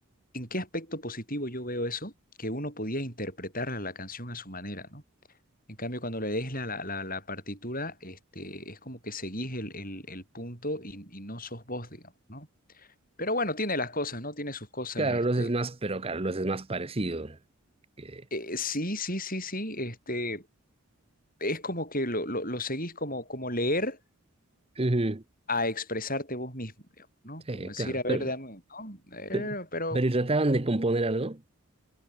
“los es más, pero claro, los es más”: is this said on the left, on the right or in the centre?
Right